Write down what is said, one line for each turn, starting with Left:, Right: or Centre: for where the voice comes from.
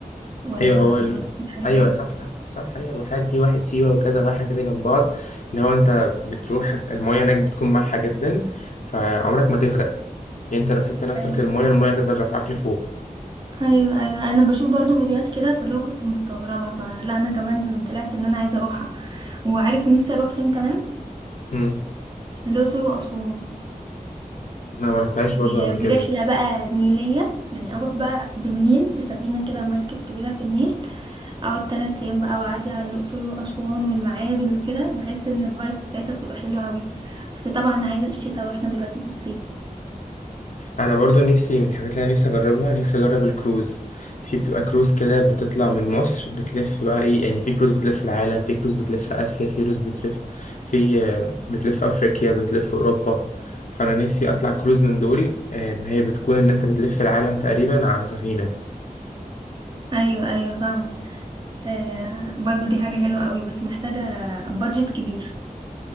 Right: ولا
Left: أيوه هو ال...
Right: ولا دي حاجه
Left: أيوه
Right: تاني
Left: صح صح هي الواحات دي واحد سيوة وكذا واحة كده جنب بعض اللي هو أنت بتروح المياه هناك بتكون مالحة جدا فعمرك ما تغرق يعني أنت لو سبت نفسك
Right: ايوه
Left: للمياه المياه تفضل رافعاك لفوق
Right: ايوه أيوة. انا بشوف برضو فيديوهات كده فاللي هو كنت مستغربه فلا انا كمان طلعت ان انا عايزه اروحها وعارف نفسي اروح فين كمان
Left: مم.
Right: الاقصر واسوان
Left: أنا ما رحتهاش
Right: ب-
Left: برضه قبل كده
Right: برحلة بقى نيلية يعني أروح بقى بالنيل بسفينة كده مركب كبيرة في النيل أقعد تلات أيام بقى وأعدي على الأقصر وأسوان والمعابد وكده بحس إن الفايبس بتاعتها بتبقى حلوة أوي بس طبعا عايزة الشتاء وإحنا دلوقتي في الصيف
Left: انا برضو نفسي من الحاجات اللي انا نفسي اجربها نفسي اجرب الكروز في بتبقى كروز كده بتطلع من مصر بتلف بقى ايه يعني في كروز بتلف العالم في كروز بتلف اسيا في كروز بتلف في آه، بتلف افريقيا بتلف اوروبا فانا نفسي اطلع كروز من دول آه، هي بتكون ان انت بتلف العالم تقريبا على سفينة
Right: أيوة أيوة فاهمة آه برضو دي حاجة حلوة أوي بس محتاجة بادجت كبير